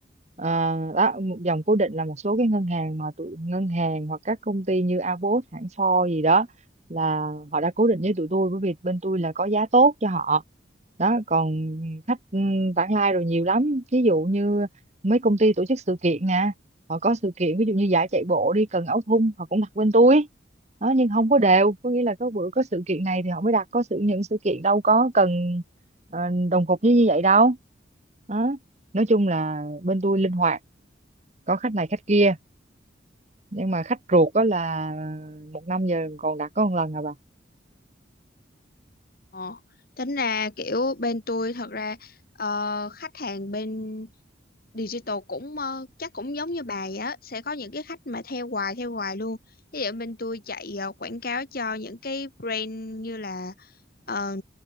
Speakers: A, on the right; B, on the left.
A: Ờ, đó một dòng cố định là một số cái ngân hàng mà tụi ngân hàng hoặc các công ty như Abot, hãng Ford gì đó là họ đã cố định với tụi tôi bởi vì bên tôi là có giá tốt cho họ đó còn khách ừ, vãng lai rồi nhiều lắm ví dụ như mấy công ty tổ chức sự kiện nè họ có sự kiện ví dụ như giải chạy bộ đi Cần Áo Thun họ cũng đặt bên tôi đó nhưng không có đều có nghĩa là có bữa có sự kiện này thì họ mới đặt có sự những sự kiện đâu có cần ờ, đồng cục với như vậy đâu đó. nói chung là bên tôi linh hoạt có khách này khách kia nhưng mà khách ruột đó là một năm giờ còn đặt có một lần à bà
B: Ờ tính ra kiểu bên tôi thật ra ờ, khách hàng bên digital cũng ờ, chắc cũng giống như bà vậy á sẽ có những cái khách mà theo hoài theo hoài luôn ví dụ bên tôi chạy ờ, quảng cáo cho những cái brand như là ờ,